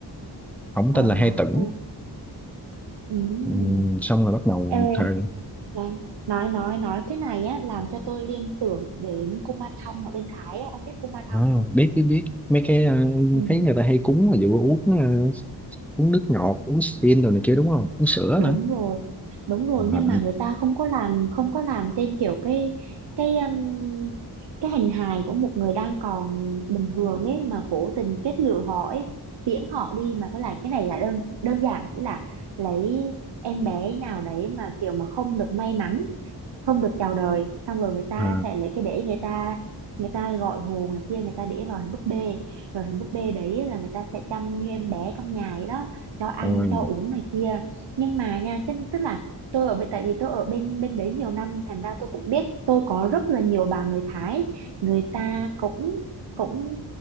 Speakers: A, in the centre; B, on the right.
A: ổng
B: Ờ,
A: tên là Hai Tửng
B: ô, ừ.
A: ừ. xong rồi bắt đầu
B: Ê,
A: thời
B: nói, nói, nói, nói cái này á, làm cho tôi liên tưởng đến cô Ma Thông ở bên Thái á. Ông biết cô Ma Thông
A: Ờ,
B: không?
A: biết biết biết mấy cái ờ,
B: Ừ.
A: thấy người ta hay cúng là vụ uống ờ, uống nước ngọt uống stin rồi này kia đúng không uống sữa
B: đúng
A: nữa
B: rồi đúng rồi nhưng
A: à,
B: mà người ta không có làm không có làm trên kiểu cái cái um, cái hình hài của một người đang còn bình thường ấy mà cố tình kết lựa họ ấy tiễn họ đi mà cái này cái này là đơn đơn giản chỉ là lấy em bé nào đấy mà kiểu mà không được may mắn không được chào đời xong rồi người ta
A: à,
B: sẽ lấy cái đĩa người ta người ta gọi hồn này kia người ta đĩa vào hình búp bê rồi hình búp bê đấy là người ta sẽ chăm như em bé trong nhà ấy đó cho ăn
A: ôi
B: cho uống này kia nhưng mà nha cái, tức là tôi ở bên tại vì tôi ở bên bên đấy nhiều năm thành ra tôi cũng biết tôi có rất là nhiều bà người Thái người ta cũng cũng